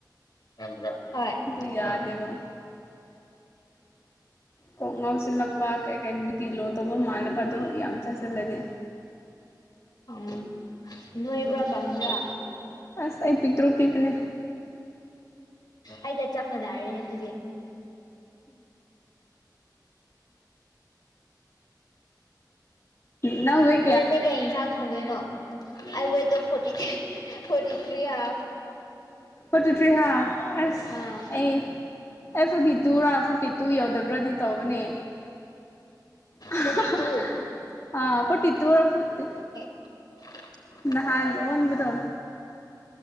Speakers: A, on the left; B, on the left.
A: <unintelligible> ꯍꯣꯢ
B: ꯑꯗꯨ ꯌꯥꯗꯦꯕ
A: ꯍꯥ
B: ꯀꯣꯛ ꯉꯥꯎꯁꯤꯜꯂꯛꯄ ꯀꯩ ꯀꯩ ꯕꯤ ꯄꯤ ꯂꯣ ꯇꯧꯕ ꯃꯥꯜꯂꯦꯕ ꯑꯗꯣ ꯌꯥꯝ ꯆꯥꯁꯤꯜꯂꯗꯤ
A: ꯎꯝ ꯅꯣꯏꯕ꯭ꯔꯥ ꯀꯪꯕ꯭ꯔꯥ
B: ꯑꯁ ꯑꯩ ꯄꯤꯛꯇ꯭ꯔꯨ ꯄꯤꯛꯄꯅꯦ
A: ꯑꯩꯒ ꯆꯞ ꯃꯥꯟꯅꯔꯦꯅꯦ ꯑꯗꯨꯗꯤ
B: ꯅꯪ ꯋꯤꯛ
A: ꯍꯣꯔꯦꯟꯗꯤ ꯀꯩ ꯢꯟꯁꯥꯡ ꯊꯣꯡꯗꯣꯏꯅꯣ ꯑꯩ ꯋꯦꯠꯇꯣ forty forty three half
B: forty three half ꯑꯁ
A: ꯑꯥ
B: ꯑꯩ ꯑꯩ ꯐꯣꯔꯇꯤ ꯇꯨꯔ ꯐꯣꯔꯇꯤ ꯇꯨ ꯌꯧꯗꯕ꯭ꯔꯗꯤ ꯇꯧꯕꯅꯤ ꯍꯥꯍꯥ
A: ꯐꯣꯔꯇꯤ ꯇꯨ
B: ꯑꯥ ꯐꯣꯔꯇꯤ ꯇꯨꯔ ꯐꯣꯔ
A: <unintelligible>
B: ꯅꯍꯥꯟ ꯑꯣꯟꯕꯗꯣ